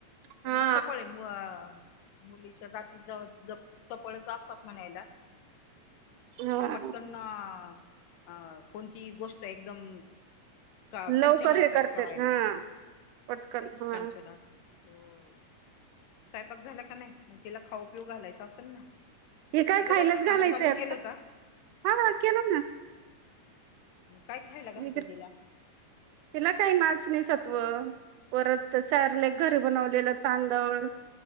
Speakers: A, on the right (about 80°); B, on the left (about 85°).
A: हा
B: पण इथ पळ आहे मुलीच्या जाती जवळ चपळच असतात म्हणायला
A: हा
B: त्या पटकनना अं कोणती गोष्ट एकदम का चंचल
A: लवकर
B: असतात
A: हे करते
B: करायला
A: हा पटकन हा
B: चंचल असतात हो स्वयंपाक झाला का नाही मग तिला खाऊ पिऊ घालायच असेल ना
A: हे काय
B: तिला
A: खायलाच
B: वरचं
A: घालायचंय
B: खाणं चालू
A: आता
B: केलं का
A: हा केलं ना
B: मग काय खायला घालते
A: मि तर
B: तिला
A: तिला काही नाचणी स परत सॉरलेक घरी बनवलेलं तांदळा